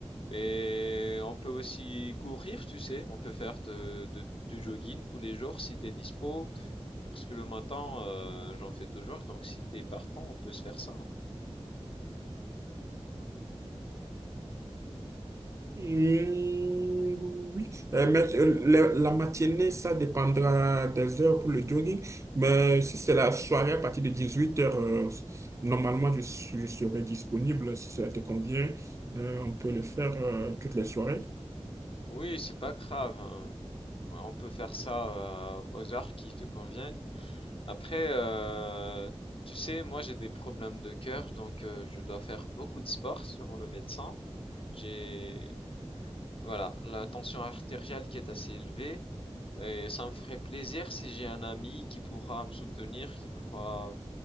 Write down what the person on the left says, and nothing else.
Mais on peut aussi courir, tu sais. On peut faire de, de, du jogging tous les jours si t'es dispo. Parce que le matin, euh, j'en fais toujours. Donc si t'es partant, on peut se faire ça. hein.
Oui, c'est pas grave. hein. On peut faire ça euh, aux heures qui te conviennent. Après, euh, tu sais, moi j'ai des problèmes de cœur, donc euh, je dois faire beaucoup de sport selon le médecin. J'ai, voilà, la tension artérielle qui est assez élevée. Et ça me ferait plaisir si j'ai un ami qui pourra me soutenir, qui pourra